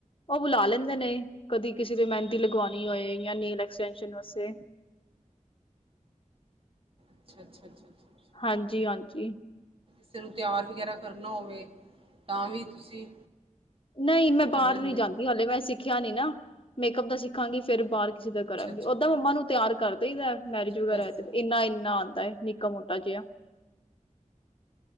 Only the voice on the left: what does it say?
ਉਹ ਬੁਲਾ ਲੈਂਦੇ ਨੇ ਕਦੀ ਕਿਸੇ ਦੇ ਮਹਿੰਦੀ ਲਗਵਾਉਣੀ ਹੋਏ ਜਾਂ ਨੈਲ ਐਕਸਟੈਨਸ਼ਨ ਵਾਸਤੇ।
ਹਾਂਜੀ ਹਾਂਜੀ,
ਨਹੀਂ, ਮੈਂ
ਬਾਹਰ
ਨੀ ਜਾਂਦੀ
ਹਲੇ ਵੈਸੇ ਸਿੱਖਿਆ ਨੀ ਨਾ ਮੇਕਅਪ ਦਾ ਸਿੱਖਾਂਗੀ ਫੇਰ ਬਾਹਰ ਕਿਸੇ ਦਾ
ਕਰਾਂਗੇ
ਓਦਾਂ ਮੰਮਾ ਨੂੰ ਤਿਆਰ ਕਰਦਾ ਦਈ ਦਾ ਮੈਰਿਜ
ਵਗੈਰਾ
ਤੇ। ਇੰਨਾ ਇੰਨਾ ਆਂਦਾ ਏ ਨਿੱਕਾ ਮੋਟਾ ਜਿਹਾ